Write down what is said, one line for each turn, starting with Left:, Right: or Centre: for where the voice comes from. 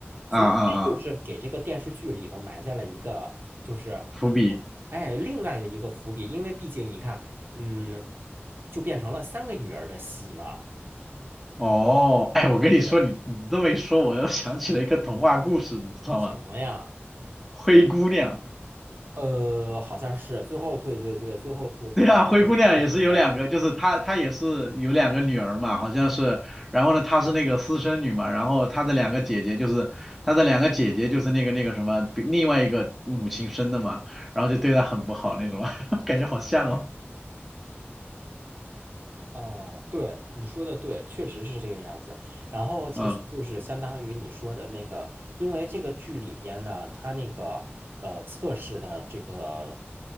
Right: 所以这就是给这个电视剧里头埋下了一个，
Centre: 啊啊啊！
Right: 就是
Centre: 伏笔。
Right: 哎另外的一个伏笔，因为毕竟你看，嗯，就变成了三个女儿的戏嘛。
Centre: 哦，哎，我跟你说，
Right: 对，
Centre: 你你这么一说，我又想起了一个童话故事，你知道吗？
Right: 什么呀？
Centre: 灰姑娘，
Right: 呃，好像是最后，对对对，最后就就是灰姑娘的故事。
Centre: 对啊，灰姑娘也是有两个，就是她她也是有两个女儿嘛，好像是，然后呢，她是那个私生女嘛，然后她的两个姐姐就是她的两个姐姐就是那个那个什么，比另外一个母亲生的嘛，然后就对她很不好那种，<laughs> 感觉好像哦，
Right: 啊，对，你说的对，确实是这个样子。然后其实就是相当于你说的那个，
Centre: 嗯
Right: 因为这个剧里边呢，它那个呃测试的这个